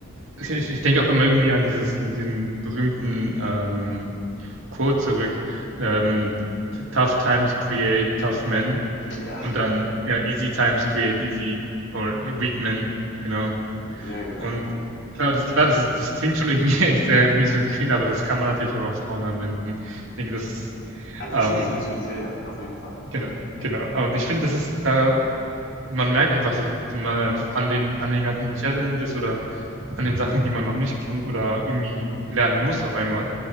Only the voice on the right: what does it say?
ich, ich ich denke auch immer irgendwie an dieses, an diesen berühmten ähm, Quote zurück, ähm, Tough times create tough men
und dann ja, easy times create easy or weak men, genau.
Und
klar, das, klar, das, ist, das klingt schon irgendwie <laughs> sehr misogyn, aber das kann man natürlich auch auf Frauen anwenden. Ich denke, das ist,
ähm,
genau,
genau. Und ich finde, das ist da, man merkt einfach so, man, ähm, an den, an den ganzen Challenges oder an den Sachen, die man noch nicht kennt oder irgendwie lernen muss auf einmal,